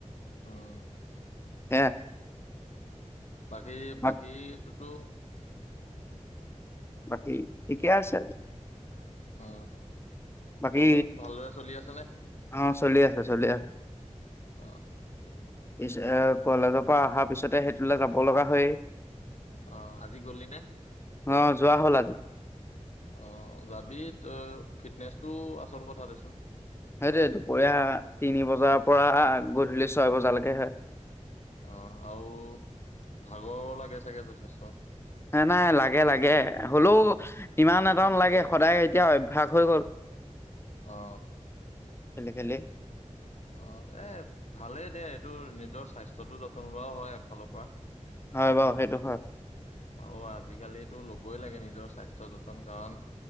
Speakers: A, on the left; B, on the left.
A: উম,
B: হে
A: বাকী
B: বাক
A: বাকীটোতো
B: বাকী ঠিকে আছে
A: অ
B: বাকী
A: কচিং ভালদৰে চলি আছে নে
B: অ', চলি আছে চলি আছে।
A: অ
B: পিছে কলেজৰ পৰা অহাৰ পিছতে সেইটোলৈ যাব লগা হয়েই
A: অ আজি গলি নে
B: অ যোৱা হ'ল আজি
A: অ যাবি তই ফিটনেচটো আচল কথা দেচোন
B: সেইটোৱে দুপৰীয়া তিনি বজাৰ পৰা গধূলি ছয় বজালৈকে হয়
A: অ আৰু ভাগৰ লাগে চাগে যথেষ্ট
B: নাই নাই লাগে লাগে হলেও ইমান এটা নালাগে সদায় এতিয়া অভ্যাস হৈ গল
A: অ
B: খেলি খেলি
A: অ এ ভালেই দে এইটো নিজৰ স্বাস্থ্যটো যতন লোৱাও হয় এফালৰ পৰা
B: হয় বাৰু সেইটো হয়
A: আৰু আজিকালিতো ল'বই লাগে নিজৰ স্বাস্থ্যৰ যতন কাৰণ